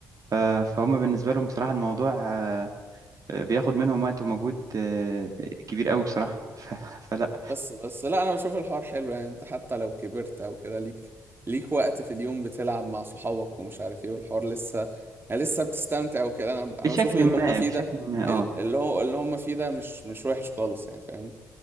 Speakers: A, on the right; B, on the right.
A: ف- فهم بالنسبه لهم بصراحه الموضوع آه، بياخد منهم وقت ومجهود آه، كبير قوي بصراحه <laughs> ف- فلا
B: بس بس لا انا بشوف الحوار حلو يعني انت حتى لو كبرت او كده ليك ليك وقت في اليوم بتلعب مع صحابك ومش عارف ايه والحوار لسه يعني لسه بتستمتع وكده انا انا
A: بشكل
B: بشوف اللي
A: ما
B: هم فيه
A: بشكل
B: ده
A: ما اه
B: ال- اللي هو اللي هم فيه ده مش مش وحش خالص يعني فاهم